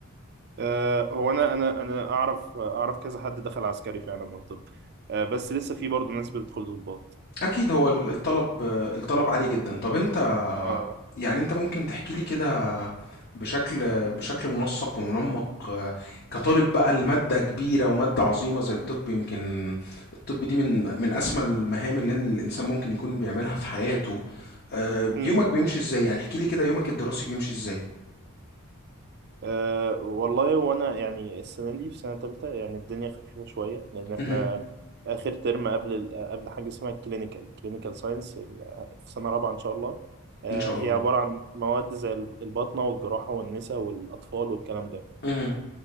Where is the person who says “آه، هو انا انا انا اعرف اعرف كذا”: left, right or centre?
Right